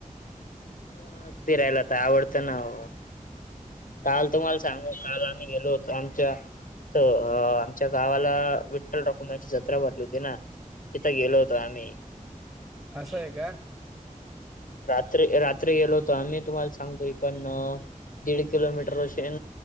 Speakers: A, on the left (about 75°); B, on the right (about 25°).
A: हम्म, फिरायला आवडतं ना हो. काल तुम्हाला सांगू, काल आम्ही गेलो होत आमच्या इथं अ आमच्या गावाला विठ्ठल डॉक्युमेंट ची जत्रा भरली होती ना. तथं गेलो होत आम्ही.
B: असं आहे काय?
A: रात रात्री गेलो होत आम्ही, तुम्हाला सांगतो इकडनं. दीड किलोमीटर अशेन